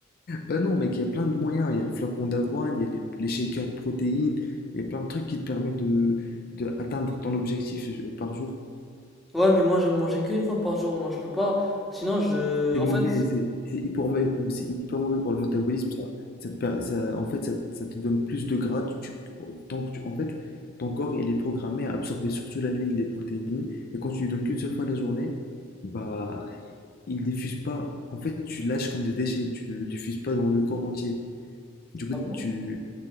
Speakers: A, on the left (about 50°); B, in the centre.
A: Bah non, mec, il y a plein de moyens. Il y a le flocon d'avoine, il y a les, les shakers de protéines, il y a plein de trucs qui te permettent de, de atteindre ton objectif euh, par jour.
B: Ouais, mais moi, j'aime manger qu'une fois par jour. Moi, je peux pas. Sinon, je.
A: C'est
B: En
A: mauvais,
B: fait.
A: c'est c'est hyper mauvais, c'est hyper mauvais pour le métabolisme, ça. Ça te per- ça- en fait, ça, ça te donne plus de gras. tu- tant que tu- en fait, ton corps, il est programmé à absorber surtout la nuit les protéines. Et quand tu lui donnes qu'une seule fois la journée, bah, il diffuse pas. En fait, tu lâches comme des déchets. Tu le diffuses pas dans le corps entier. Du coup,
B: Ah bon?
A: tu,